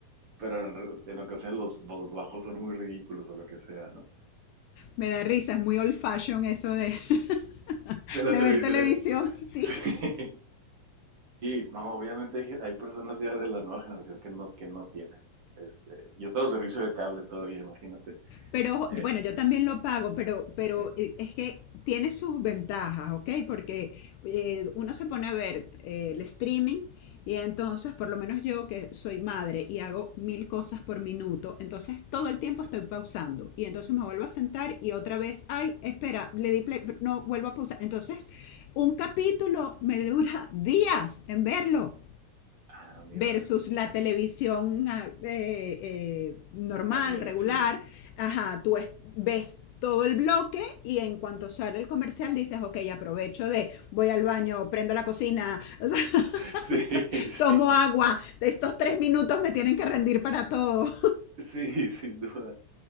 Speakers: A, on the right; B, on the left.
A: pero en, re- en ocasiones los, los bajos son muy ridículos o lo que sea, ¿no?
B: Me da risa, es muy old fashion eso de, <laughs>
A: De la
B: de
A: televisión.
B: ver televisión,
A: eh. <laughs>
B: <laughs> sí.
A: Sí, sí, no, obviamente hay, hay personas ya de la nueva generación que no, que no tienen, este, yo tengo servicio de cable todavía, imagínate.
B: Pero
A: Eh,
B: bueno, yo también lo pago, pero, pero
A: sí.
B: eh, es que tiene sus ventajas, ¿ok? Porque eh, uno se pone a ver eh, el streaming y entonces, por lo menos yo que soy madre y hago mil cosas por minuto, entonces todo el tiempo estoy pausando y entonces me vuelvo a sentar y otra vez, ay, espera, le di play, no, vuelvo a pausar. Entonces, un capítulo me dura días en verlo
A: Ah, mira,
B: versus la televisión ah, eh, eh, normal,
A: había,
B: regular,
A: sí.
B: ajá, tú ves todo el bloque y en cuanto sale el comercial dices, ok, aprovecho de, voy al baño, prendo la cocina, <laughs>
A: <laughs> Sí, sí,
B: tomo agua, de estos tres minutos me tienen que rendir para todo.
A: sí, sin duda.